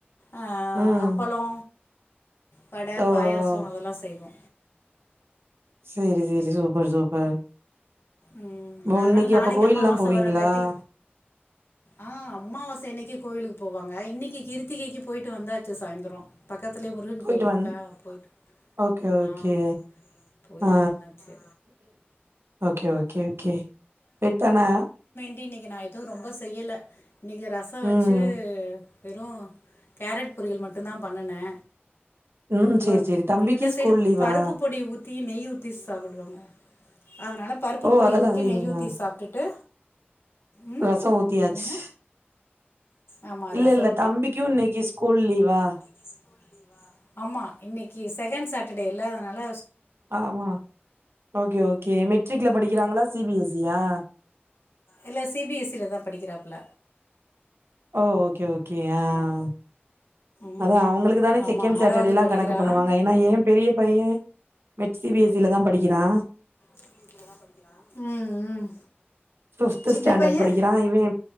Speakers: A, on the left; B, on the right.
A: அ
B: ம்
A: அப்பளோ வட
B: ஓ
A: பாயாசோ
B: ஓ
A: அதெல்லா செய்வோ
B: சேரி சேரி சூப்பர் சூப்பர்
A: ம்
B: ஓ
A: அதனால
B: இன்னைக்கு
A: நாளைக்கு
B: அப்ப கோயில்லாம்
A: அம்மாவாச
B: போவீங்களா?
A: வரறாங்காட்டி ஆ அமாவாச அன்னைக்கு கோவிலுக்கு போவாங்க இன்னிக்கி கிருத்திகைக்கி போயிட்டு வந்தா ச்சு சாயிந்தரோ பக்கத்துலயே முருகன்
B: போயிட்டு
A: கோயில்
B: வந்
A: இருக்கா போயிட்டு
B: ஓகே ஓகே
A: ஆ போயிட்டு
B: அ
A: வந்தாச்சு
B: ஓகே ஓகே ஓகே இப்ப நா
A: இன்னிக்கு நா எதும் ரொம்ப செய்யல இன்னிக்கி ரசோ வெச்சி
B: ம்
A: வெறு கேரட் பொரியல் மட்டு தா பண்ணுனே
B: ம்
A: அப்புறம்
B: சேரி சேரி தம்பிக்கு
A: இந்த சைடு
B: ஸ்கூல் லீவா
A: பருப்பு பொடி ஊத்தி நெய் ஊத்தி சாப்புடுவாங்க அதனால பருப்பு
B: ஓ
A: பொடி
B: அதெல்லா
A: ஊத்தி
B: செய்வீங்களா
A: நெய் ஊத்தி சாப்டுட்டு ம்
B: ரசோ ஊத்தியாச்சு
A: என்னங்க ஆமாம்
B: இல்ல
A: ரசம்
B: இல்ல தம்பிக்கு இன்னைக்கி ஸ்கூல் லீவா
A: இன்னிக்கு ஸ்கூல் லீவா ஆமா இன்னைக்கி செகண்ட் சாட்டர்டே இல்ல அதனால
B: ஆமா ஓகே ஓகே மெட்ரிக்ல படிக்கிறாங்களா சி பி எஸ் சி யா
A: இல்ல சி பி எஸ் சி ல தா படிக்கிறாப்புல
B: ஓ ஓகே ஓகே ஆ ஆ
A: ம்
B: அதா அவுங்களுக்கு தானே
A: ஆமாம்
B: செகண்ட் சேட்டர்டேலா
A: ஆறாவது படிக்கிறான்
B: கணக்குப் பண்ணுவாங்க ஏன்னா ஏம் பெரிய பைய மெட் சி பி எஸ் சி ல தா படிக்கிறா
A: சி பி எஸ் சி ல தா படிக்கிறா ம் ம்
B: ஃபிப்த்
A: சின்ன
B: ஸ்டாண்டர்ட்
A: பையன்
B: படிக்கிறா இவே